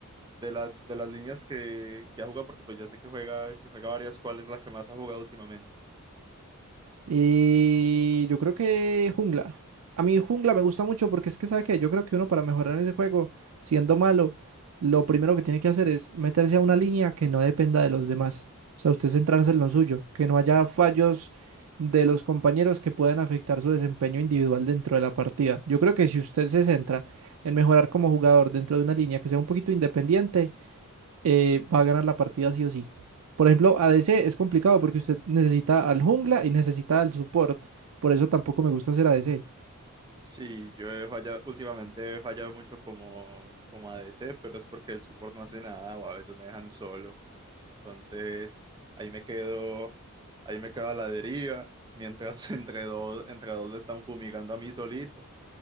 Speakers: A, on the right (about 20°); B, on the right (about 70°).
A: de las, de las líneas que, que ha jugado, porque pues ya sé que juega, que juega varias, ¿cuál es la que más ha jugado últimamente?
B: Y yo creo que jungla. A mí jungla me gusta mucho porque es que, ¿sabe qué? Yo creo que uno para mejorar en ese juego, siendo malo, lo primero que tiene que hacer es meterse a una línea que no dependa de los demás. O sea, usted centrarse en lo suyo, que no haya fallos de los compañeros que puedan afectar su desempeño individual dentro de la partida. Yo creo que si usted se centra en mejorar como jugador dentro de una línea que sea un poquito independiente, eh, va a ganar la partida sí o sí. Por ejemplo, ADC es complicado porque usted necesita al jungla y necesita al support. Por eso tampoco me gusta hacer ADC.
A: Sí, yo he fallado, últimamente he fallado mucho como, como ADC, pero es porque el support no hace nada o a veces me dejan solo. Entonces, ahí me quedo, ahí me quedo a la deriva, mientras <laughs> entre dos, entre dos me están fumigando a mí solito